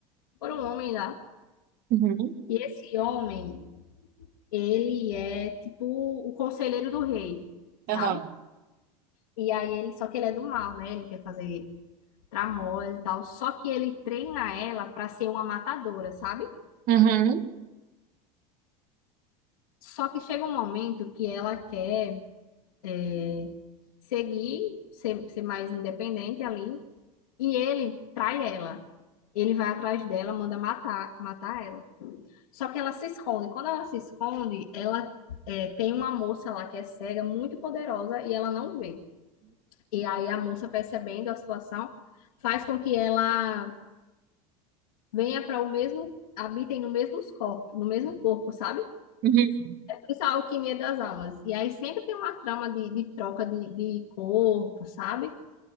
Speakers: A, on the left (about 85°); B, on the right (about 50°).
A: por um homem lá.
B: Uhum.
A: E esse homem, ele é tipo o conselheiro do rei, sabe?
B: Aham.
A: E aí ele, só que ele é do mal, né? Ele quer fazer tramóias e tal. Só que ele treina ela pra ser uma matadora, sabe?
B: Uhum.
A: Só que chega um momento que ela quer é, seguir, ser, ser mais independente ali. E ele trai ela. Ele vai atrás dela, manda matar, matar ela. Só que ela se esconde. Quando ela se esconde, ela é, tem uma moça lá que é cega, muito poderosa, e ela não vê. E aí a moça, percebendo a situação, faz com que ela venha para o mesmo, habitem no mesmo corpo, no mesmo corpo, sabe?
B: Uhum.
A: Isso é a alquimia das almas. E aí sempre tem uma trama de, de troca de, de corpo, sabe?